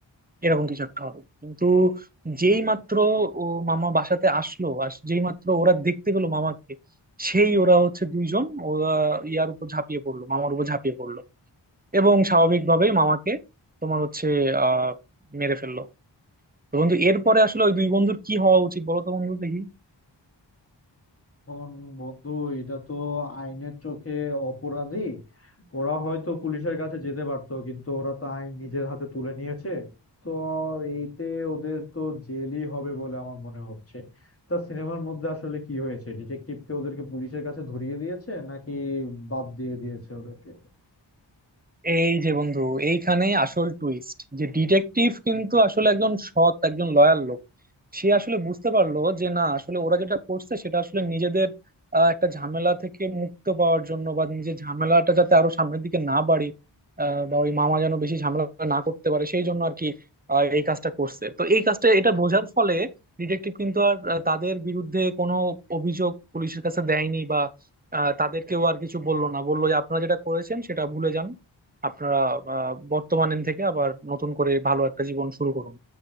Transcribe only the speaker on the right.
এরকম কিছু একটা হবে কিন্তু যেই মাত্র ও মামা বাসাতে আসলো আর যেই মাত্র ওরা দেখতে পেলো মামাকে সেই ওরা হচ্ছে দুইজন ওরা ইয়ার উপর ঝাঁপিয়ে পড়লো মামার উপর ঝাঁপিয়ে পড়লো এবং স্বাভাবিকভাবেই মামাকে তোমার হচ্ছে আহ মেরে ফেললো তো বন্ধু এরপরে আসলে ওই দুই বন্ধুর কি হওয়া উচিত বলো তো বন্ধু দেখি
এই যে বন্ধু এইখানে আসল টুইস্ট যে ডিটেকটিভ কিন্তু আসলে একজন সৎ একজন লয়াল লোক সে আসলে বুঝতে পারলো যে না আসলে ওরা যেটা করছে সেটা আসলে নিজেদের আহ, একটা ঝামেলা থেকে মুক্ত পাওয়ার জন্য বা নিজের ঝামেলাটা যাতে আরো সামনের দিকে না বাড়ে আহ, বা ওই মামা যেন বেশি ঝামেলা না করতে পারে সেই জন্য আর কি আহ, এই কাজটা করছে তো এই কাজটা এটা বোঝার ফলে ডিটেকটিভ কিন্তু আর আহ, তাদের বিরুদ্ধে কোনো অভিযোগ পুলিশের কাছে দেয়নি বা আহ, তাদেরকেও আর কিছু বললো না বললো যে আপনারা যেটা করেছেন সেটা ভুলে যান আপনারা আহ, বর্তমানের থেকে আবার নতুন করে ভালো একটা জীবন শুরু করুন